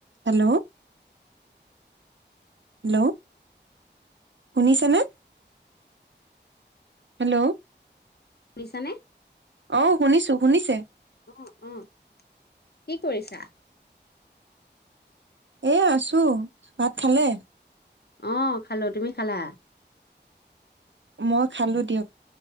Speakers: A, on the right; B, on the left.
A: হেল্ল হেল্ল, শুনিছেনে? হেল্ল
B: শুনিছানে?
A: অ', শুনিছো, শুনিছে?
B: অ', অ', কি কৰিছা?
A: এ, আছো ভাত খালে?
B: অ', খালোঁ। তুমি খালা?
A: মই খালোঁ দিয়ক।